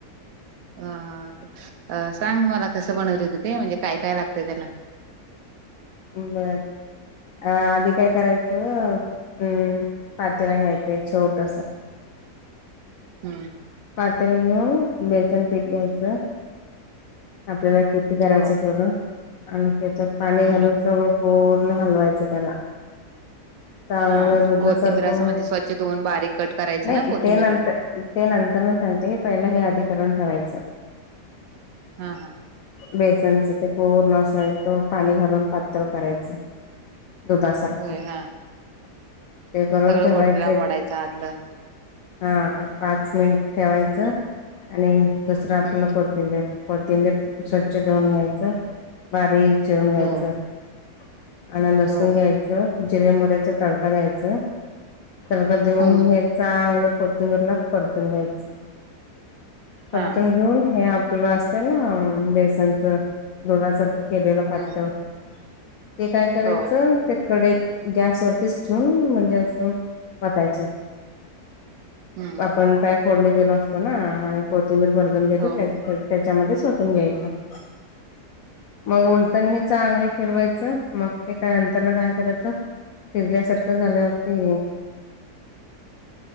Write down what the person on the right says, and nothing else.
अ सांग मला कसं बनवलंेतं ते म्हणजे काय काय लागतंय त्याला.
हम्.
हो
हम्म
हा
कोथिंबीर असं
म्हणजे स्वच्छ धुवून बारीक
कट करायचं
ना कोथिंबीरला
हा हा.
होय
हा
सगळं
गोटला मोडायचं आतलं
हम्म
हम्म
हो
हो
हम्म
हा
हम्म
हो
हम्म
हो हो